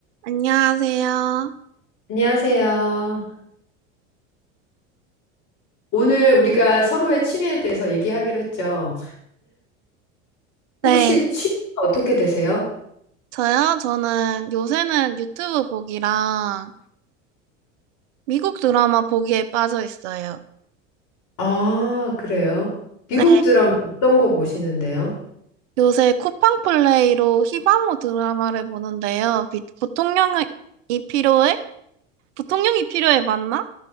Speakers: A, on the right; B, on the left.
A: 안녕하세요.
B: 안녕하세요. 오늘 우리가 서로의 취미에 대해서 얘기하기로 했죠.
A: 네,
B: 혹시 취미가 어떻게 되세요?
A: 저요? 저는 요새는 유튜브 보기랑 미국 드라마 보기에 빠져 있어요.
B: 아, 그래요. 미국
A: 네,
B: 드라마 어떤 거 보시는데요?
A: 요새 쿠팡 플레이로 히바모 드라마를 보는데요. 비- 부통령이 필요해? 부통령이 필요해 맞나?